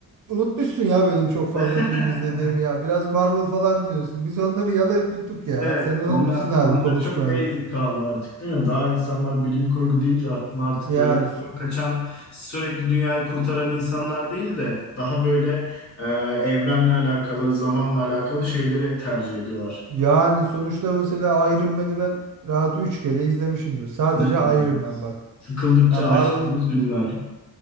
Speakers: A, on the right; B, on the left.
A: unutmuşsun ya benim çok fazla
B: <laughs>
A: film izlediğimi ya. Biraz Marvel falan diyorsun. Biz onları yalayıp yuttuk ya.
B: Evet,
A: Sen unutmuşsun
B: onlar
A: harbi
B: onlar
A: konuşmayalı.
B: çok basic kaldı artık değil mi? Daha insanlar bilim kurgu deyince aklına artık
A: Yani
B: böyle
A: so-
B: kaçan, sürekli dünyayı kurtaran insanlar değil de daha böyle e, evrenle alakalı, zamanla alakalı şeyleri tercih ediyorlar.
A: yani sonuçta mesela Iron Man'i ben rahat 3 kere izlemişimdir. Sadece
B: Evet,
A: Iron
B: evet.
A: Man bak.
B: Sıkıldıkça
A: Ya Marvel
B: açtığımız filmler.